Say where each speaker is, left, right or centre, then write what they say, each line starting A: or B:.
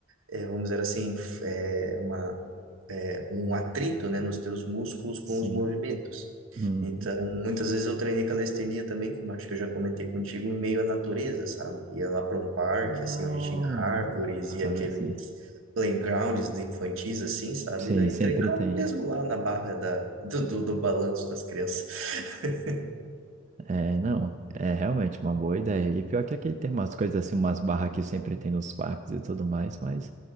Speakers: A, on the right (about 85°); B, on the right (about 35°).
A: eh, vamos dizer assim, f- eh, uma um atrito, né, nos teus músculos com
B: Sim.
A: os movimentos.
B: Uhum.
A: Então, muitas vezes eu treinei calistenia também, como acho que eu já comentei contigo, em meio à natureza, sabe? Ia lá para um parque,
B: Nossa.
A: assim, onde tinha árvores
B: Ah,
A: e aqueles
B: sim.
A: playgrounds infantis, assim, sabe?
B: Sim,
A: Daí
B: sempre
A: treinava
B: tem.
A: mesmo lá na barra da, do, do, do balanço das crianças. <laughs>
B: É, não, é realmente uma boa ideia. E pior que aqui tem umas coisas assim, umas barras que sempre tem nos parques e tudo mais, mas